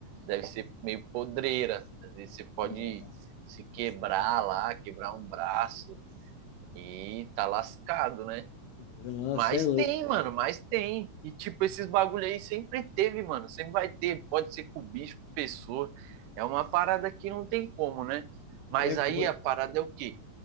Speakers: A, on the right; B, on the left.
A: deve ser meio podreira. Às vezes você pode
B: Nossa,
A: se quebrar lá, quebrar um braço e tá lascado, né?
B: nossa,
A: Mas
B: é louco.
A: tem, mano, mas tem. E, tipo, esses bagulho aí sempre teve, mano. Sempre vai ter. Pode ser com bicho, com pessoa. É uma parada que não tem como, né? Mas
B: É,
A: aí
B: mu-
A: a parada é o quê?